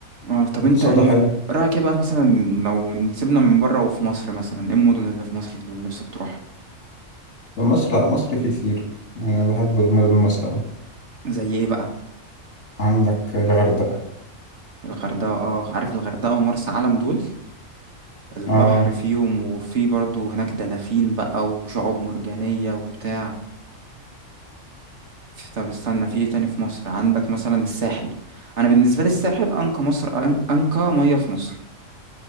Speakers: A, on the right (about 65°); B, on the left (about 60°).
A: اه طب
B: اقتصاد
A: انت ايه
B: ده حلو
A: رأيك ايه بقى مثلا لو نسيبنا من بره وفي مصر مثلا ايه المدن اللي في مصر اللي نفسك تروح
B: في مصر لا مصر فيه كتير يعني انا بحب مدن مصر أوي
A: زي ايه بقى
B: عندك الغردقة
A: الغردقة اه عارف الغردقة ومرسى علم دول البحر
B: اه
A: فيهم وفي برضو هناك دلافين بقى وشعاب مرجانية وبتاع في- طب استنى في ايه تاني في مصر عندك مثلا الساحل انا بالنسبه لي الساحل انقى مصر أن- انقى ميه في مصر